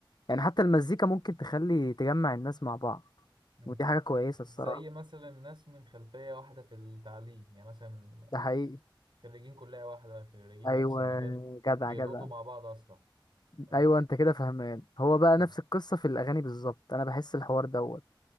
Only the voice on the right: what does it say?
مم.
زي مثلا ناس من خلفيه واحده في التعليم يعني مثلا
خريجين كليه واحده خريجين
نفس المجال
بيلقطوا
مع بعض اسرع فاهم
مم.